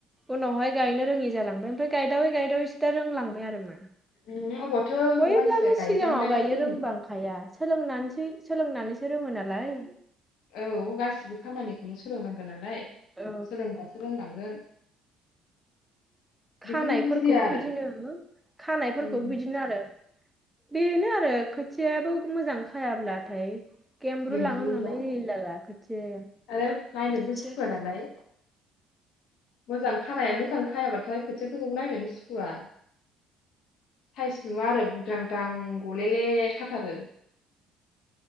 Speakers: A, in the centre; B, on the left (about 70°).
A: उनावहाय गायनो रोङि जालांबाय। ओमफ्राय गायदावै गायदावैसो दा रोंलांबाय आरो मा।
B: उम अबावथो
A: बयब्लाबो
B: मानसिया गायजेननायावनो
A: सिगाङाव गायो
B: रोङो
A: रोंबां। हाया सोलोंनानैसो सोलोंनानैसो रोङो नालाय।
B: औ गासिबो खामानिखौनो सोलोंनांगोन नालाय
A: औ
B: सोलोंबा। रोंलांगोन।
A: खानायफोरखौबो
B: बेखौनो बुजिया आरो
A: बिदिनो खानायफोरखौबो
B: उम
A: बिदिनो आरो। बेनो आरो खोथियायाबो मोजां खायाब्लाथाय। गेम्ब्रु
B: गेमब्रुयोबा
A: लाङो नालाय रिलि लालाखोथियाया
B: आरो नायनोबो
A: खोथिया।
B: <unintelligible> मोजां खानाया मोजां खायाब्लाथाय खोथियाफोरखौ नायनोनो सुखुवा। साइस नुवा आरो बुद्रांद्रां गलेले खाथारो।